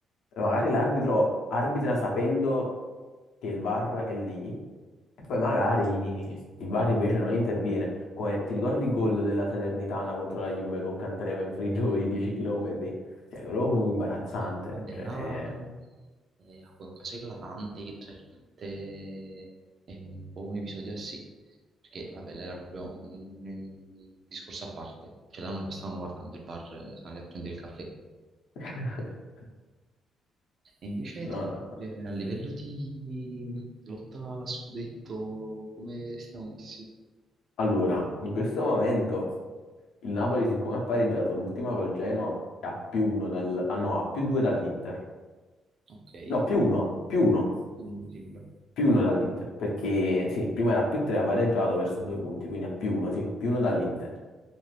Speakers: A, on the left; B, on the right.
A: magari l'arbitro arbitra sapendo che il VAR è lì e poi magari il VAR invece non interviene. Come ti ricordi il gol della Salernitana contro la Juve con Candreva in fuorigioco di 10 km? Cioè, quello fu imbarazzante,
B: Vabbè,
A: cioè...
B: là eh, vabbè, un caso eclatante che tra virgolette è un po' un episodio a sé, perché vabbè, là era proprio un, un discorso a parte, cioè là non lo stavano guardando il bar, eh, sono andati a prendere il caffè.
A: <laughs>
B: E invece
A: No,
B: ti-
A: no.
B: eh, a livello di lotta a scudetto, come stiamo messi?
A: Allora, in questo momento il Napoli, siccome ha pareggiato l'ultima col Genoa, è a più uno dal... ah no, a più due dall'Inter.
B: Ok,
A: No, più uno, più uno,
B: quindi mi sembra.
A: più uno dall'Inter, perché sì, prima era a più tre, ha pareggiato verso due punti, quindi a più uno, sì, più uno dall'Inter.